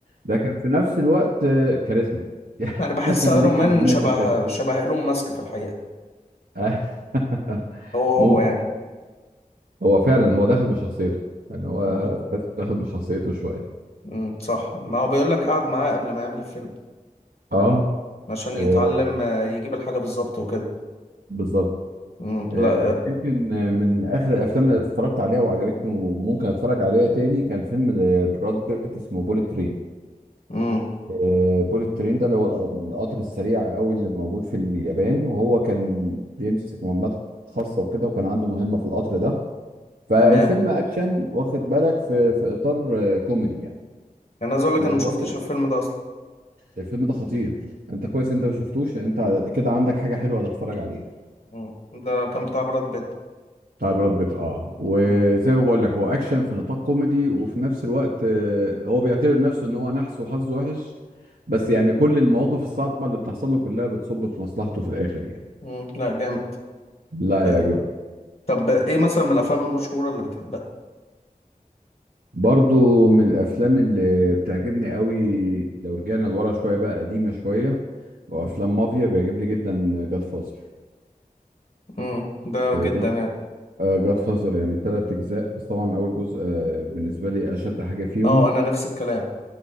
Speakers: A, on the right; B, on the left.
A: لكن في نفس الوقت آه، كاريزما <laughs>
B: انا بحس ايرون
A: ليه كاريزماته
B: مان شبه
A: كده
B: شبه ايلون ماسك في الحقيقه
A: آه. <laughs>
B: هو هو يعني
A: ممكن هو فعلا هو داخل بشخصيته يعني هو
B: مم.
A: تحس داخل بشخصيته شوية
B: امم صح ما هو بيقول لك قعد معاه قبل ما يعمل الفيلم
A: اه
B: عشان يتعلم
A: آه،
B: آه، يجيب الحاجه بالظبط وكده
A: بالظبط
B: امم
A: آه،
B: لا
A: أنا يمكن آه، من آخر الأفلام اللي اتفرجت عليها وعجبتني وممكن أتفرج عليها تاني كان فيلم آه، براد بيت اسمه بوليت ترين
B: امم
A: آه، بوليت ترين ده اللي هو القطر السريع قوي اللي موجود في اليابان وهو كان بيمسك مهمات خاصة وكده وكان عنده مهمة في القطر ده فالفيلم
B: تمام
A: اكشن واخد بالك في في اطار آه، كوميدي يعني
B: انا عايز اقول
A: وهو
B: لك انا ما شفتش الفيلم ده اصلا
A: الفيلم ده خطير انت كويس انت ما شفتوش انت كده عندك حاجة حلوة تتفرج عليها
B: امم ده كان بتاع براد بيت
A: بتاع براد بيت اه وزي
B: امم
A: ما بقول لك هو اكشن في نطاق كوميدي وفي نفس الوقت آه، هو بيعتبر نفسه ان هو نحس وحظه وحش بس يعني كل المواقف الصعبة اللي بتحصل له كلها بتصب في مصلحته في الاخر يعني
B: امم لا جامد
A: لا
B: آه.
A: يعجبك
B: طب ايه مثلا من الافلام المشهوره اللي بتحبها
A: برضو من الافلام اللي بتعجبني قوي لو رجعنا لورا شويه بقى قديمه شويه وافلام مافيا بيعجبني جدا جاد فازر
B: امم ده جدا
A: جاد
B: يعني
A: جاد فازر يعني ثلاث اجزاء بس طبعا اول جزء آه، بالنسبه لي اشد حاجه فيهم
B: اه انا نفس الكلام